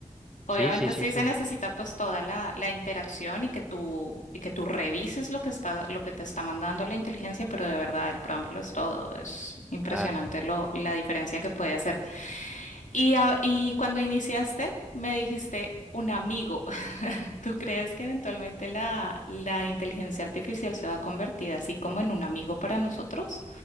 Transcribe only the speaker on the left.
Obviamente
sí
se necesita pues toda la, la interacción y que tú, y que tú revises lo que está, lo que te está mandando la inteligencia, pero de verdad el prompt lo es todo. Es impresionante
lo, la diferencia que puede hacer. Y, a- y cuando iniciaste, me dijiste un amigo. ¿Tú crees que eventualmente la, la inteligencia artificial se va a convertir así como en un amigo para nosotros?